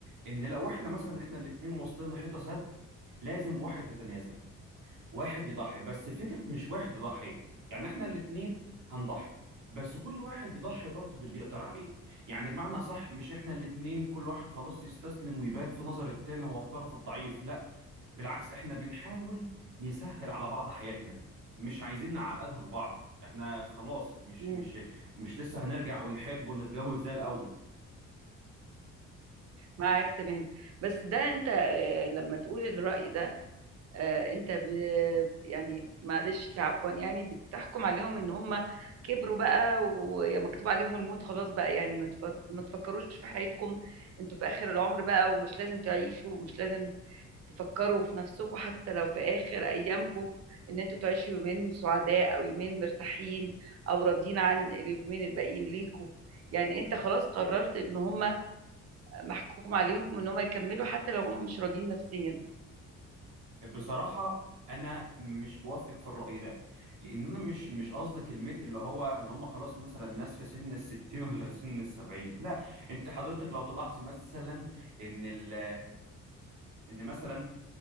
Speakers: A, on the right; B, on the right.
A: ان لو احنا مثلا احنا الاتنين واصلين لحته سد لازم واحد يتنازل واحد يضحي بس فكرة مش واحد يضحي يعني احنا الاتنين هنضحي بس كل واحد يضحي برضه باللي يقدر عليه يعني بمعنى أصح مش احنا الاتنين كل واحد خلاص يستسلم ويبان في نظر التاني هو الطرف الضعيف لا بالعكس احنا بنحاول نسهل على بعض حياتنا مش عايزين نعقدها لبعض احنا خلاص مش
B: إمم،
A: مش مش لسه هنرجع ونحب ونتجوز زي الأول
B: معاك تمام، بس ده أنت آآ لمّا تقول الرأي ده آآ أنت ب يعني معلش عفوًا يعني بتحكُم عليهم إن هم كبروا بقى ويا مكتوب عليهم الموت خلاص بقى يعني ما تف ما تفكّروش في حياتكم، أنتم في آخر العُمر بقى ومش لازم تعيشوا ومش لازم تفكّروا في نَفْسكم حتّى لو في آخر أيامكم إن أنتم تعيشوا يومين سُعداء أو يومين مرتاحين أو راضيين عن اليومين الباقيين ليكم، يعني أنت خلاص قرّرت إن هم محكوم عليهم إن هم يكمّلوا حتّى لو هم مش راضيين نَفْسيًا.
A: بصراحة أنا مش بوافقك في الرأي ده لأن أنا مش مش قصدي كلمة اللي هو إن هم خلاص مثلا ناس في سن الستين ولا <laughs> سن السبعين لا أنت حضرتك لو تلاحظي مثلا إن ال إن مثلا